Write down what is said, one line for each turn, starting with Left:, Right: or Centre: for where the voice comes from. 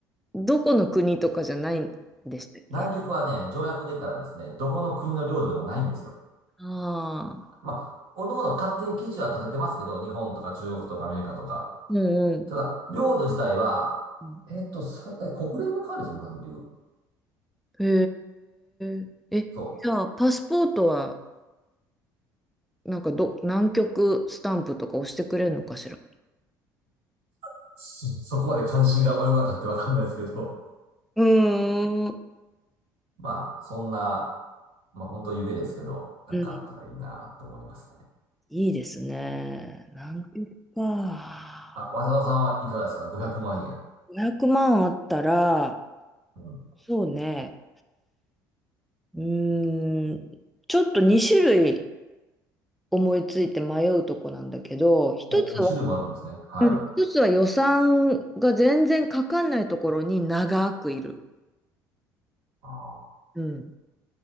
Centre: どこの国とかじゃないんでしたっけ
Right: 南極はね、条約でからですね、どこの国の領土でもないんですよ。
Centre: あ
Right: まあ、おのおの勝手に基地は建ててますけど、日本とか中国とかアメリカとか。
Centre: あー、うん
Right: ただ、領土自体は、
Centre: うん。
Right: えっと、最大国連が管理するのかな、結局。
Centre: へえ。え、
Right: そう。
Centre: じゃあ、パスポートはなんかど、南極スタンプとか押してくれるのかしら。
Right: <laughs> そそこまで関心が及ばなかったわかんないですけど。
Centre: うーん。
Right: <laughs> まあ、そんな、まあ本当夢ですけど、なんかあったらいいなと思いますね。
Centre: うん、いいですね。南極か。
Right: あ、渡田さんはいかがですか ?500 万円。
Centre: 500万あったら、
Right: うん。
Centre: そうね。うーん、ちょっと2種類思いついて迷うとこなんだけど、一つは、
Right: お、2種類もあるんですね。はい。
Centre: うん一つは予算が全然かかんないところに長くいる。
Right: あ
Centre: うん。